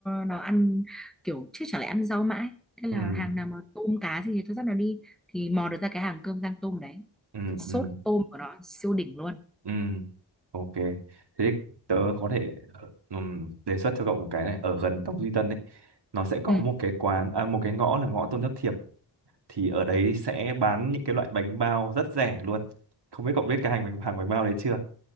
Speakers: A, in the centre; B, on the right.
A: nó ăn kiểu chứ chẳng lẽ ăn rau mãi thế là
B: Ừ.
A: hàng nào mà tôm cá gì thì tôi dắt nó đi thì mò được ra cái hàng cơm rang tôm đấy
B: ừ
A: sốt
B: ừ
A: tôm của nó siêu đỉnh luôn
B: ừ ok thế tớ có thể ờ, ừm, đề xuất cho cậu một cái này ở gần Tông Duy Tân ấy nó sẽ có
A: ừ.
B: một cái quán à, một cái ngõ là ngõ Tôn Thất Thiệp thì ở đấy sẽ bán những cái loại bánh bao rất rẻ luôn không biết cậu biết cái hàng bánh hàng bánh bao đấy chưa